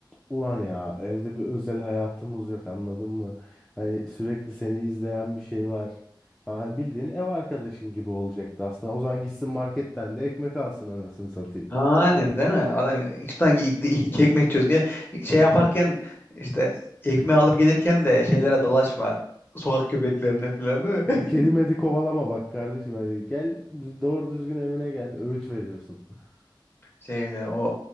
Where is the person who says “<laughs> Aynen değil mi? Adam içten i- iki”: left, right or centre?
Left